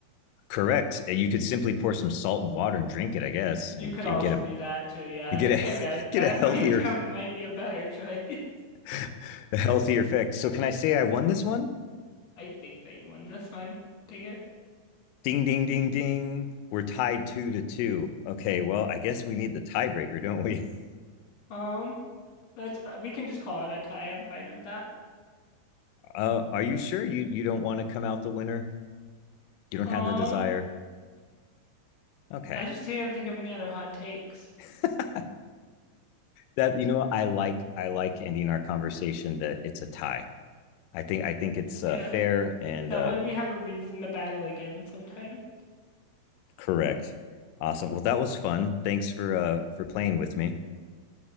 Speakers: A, on the left; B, on the left.
A: Correct. And You could simply pour some salt and water and drink it, I guess,
B: You
A: and,
B: could
A: and
B: also
A: get a
B: do that too, yeah.
A: and get a
B: I guess
A: <laughs> get
B: that
A: a healthier
B: <laughs> might be a might be a better choice. <laughs>
A: <laughs> a healthier effect. So can I say I won this one?
B: I think that you won this one. Dang it.
A: Ding ding ding ding. We're tied two to two. Okay, well, I guess we need the tiebreaker, don't we? <laughs>
B: Um, that's fi- we can just call it a tie. I'm fine with that.
A: Uh, are you sure you you don't want to come out the winner? You don't
B: Um,
A: have the desire. Okay,
B: I just can't think of any other hot takes.
A: <laughs> that you know I like I like ending our conversation that it's a tie. I think I think it's
B: Yeah.
A: uh, fair and
B: That
A: uh,
B: way we have a reason to battle again sometime.
A: Correct. Awesome. Well, that was fun. Thanks for uh for playing with me.